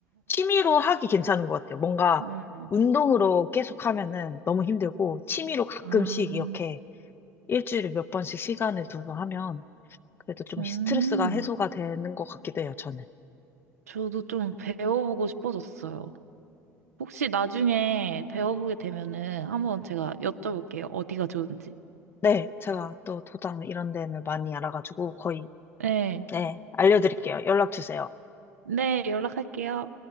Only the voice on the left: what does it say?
취미로 하기 괜찮은 것 같아요. 뭔가
운동으로 계속 하면은 너무 힘들고, 취미로 가끔씩
이렇게 일주일에 몇 번씩 시간을 둬서 하면 그래도 좀
스트레스가 해소가 되는 것 같기도 해요, 저는.
네, 제가 또 도장 이런 데는 많이 알아가지고 거의,
네, 알려드릴게요. 연락 주세요.